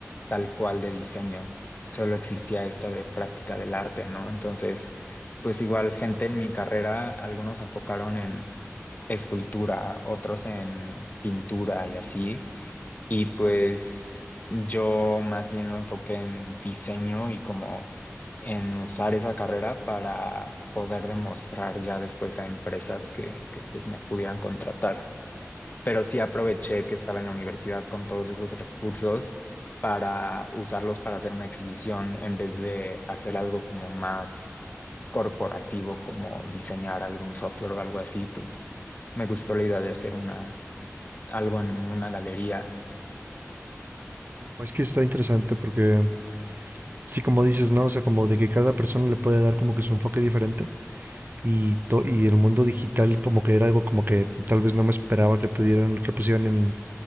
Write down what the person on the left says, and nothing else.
tal cual de diseño, solo existía esta de práctica del arte, ¿no? Entonces, pues igual gente en mi carrera, algunos se enfocaron en escultura, otros en pintura y así. Y pues yo más bien lo enfoqué en diseño y como en usar esa carrera para poder demostrar ya después a empresas que, que pues me pudieran contratar. Pero sí aproveché que estaba en la universidad con todos esos recursos para usarlos para hacer una exhibición en vez de hacer algo como más corporativo, como diseñar algún software o algo así, pues me gustó la idea de hacer una, algo en una galería.